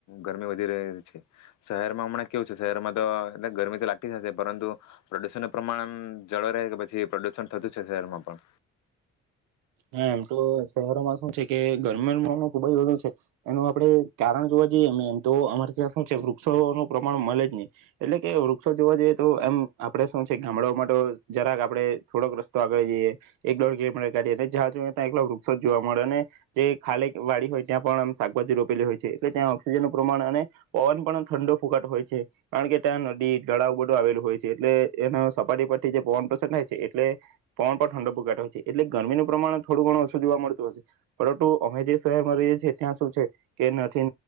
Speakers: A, on the left (about 65°); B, on the right (about 80°).
A: ગરમી વધી રહી છે શહેરમાં હમણાં કેવું છે શહેરમાં તો એ ગરમી તો લાગતી જશે પરંતુ પ્રદુષણ ન પ્રમાણમ જળ રહે કે પછી પ્રદુષણ થતું છે શહેરમાં પણ.
B: હા એમ તો શહેરોમાં શું છે કે ગરમીનુંું ખુબ જ વધુ છે એનું આપડણે કારણ જોવા જઈએ એમ તો અમારે ત્યાં શું છે વૃક્ષોનું પ્રમાણ મળે જ નહી એટલે કે વૃક્ષો જોવા જઈએ તો એમ આપડે શું છે ગામડાઓ માટે જરાક આપડણે થોડોક રસ્તો આગળ જઈએ એક દોઢ કિલોમીટર કાઢીએ. જ જો ત્યા એકલા વૃક્ષો જ જોવા મળે અને જે ખાલી વાડી હોય ત્યાં પણ શાકભાજીોપેલી હોય છે એટલે ત્યાં ઓક્સિજનનુંું પ્રમાણ અને પવન પણ ઠંડો ફુકાટ હોય છે કારણ કે ત્યાં નદી તળાવ બધું આવેલું હોય છે એટલે એના સપાટી પરથી જે પવન પસંદ થાય છે એટલે પવન પણ ઠંડો ફુકાટ હોય છે એટલે ગરમીનું. પ્રમાણે થોડું ઘણું ઓછું જોવા મળતું હશે પરંતુ અમે જે શહેર મળરીએ છીએ ત્યાં શું છે કે નથી